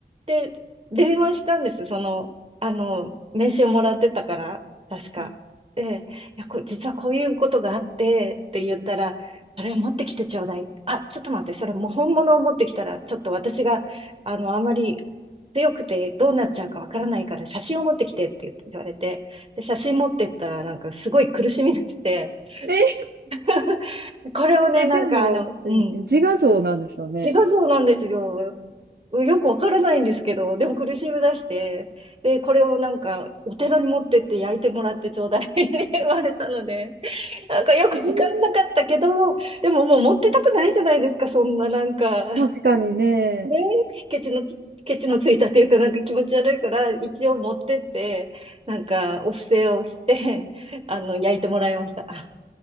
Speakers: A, on the right; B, on the right.
A: で、電話したんです。その、あの、名刺をもらってたから、確か。
B: うん
A: で、いや、こ、実はこういうことがあって、って言ったら、それを持ってきてちょうだい。あ、ちょっと待って、それもう本物を持ってきたら、ちょっと私が、あの、あまり強くてどうなっちゃうかわからないから、写真を持ってきてって言われて、で、写真持ってったら、なんかすごい苦しみだして、
B: え、
A: <laughs> これをね、
B: え、
A: なんかあの、
B: でも、
A: うん、
B: 自画像なんですよね。
A: 自画像なんですよ。うんよくわからないんですけど、でも苦しみ出して、で、これをなんか、お寺に持ってって焼いてもらってちょうだい <laughs> って言われたので、なんかよくわからなかったけど、
B: えー
A: でももう持ってたくないじゃないですか、そんななんか。
B: 確かにね。
A: <laughs> ねえ、ケチのつ、ケチのついたというか、なんか気持ち悪いから、一応持ってって、なんか、お布施をして、あの、焼いてもらいました。